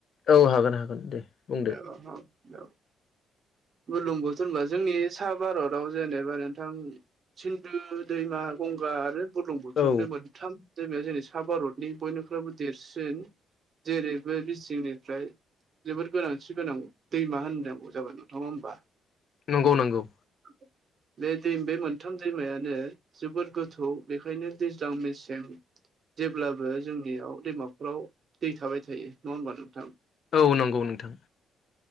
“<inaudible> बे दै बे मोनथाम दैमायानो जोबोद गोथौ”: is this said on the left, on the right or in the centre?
Right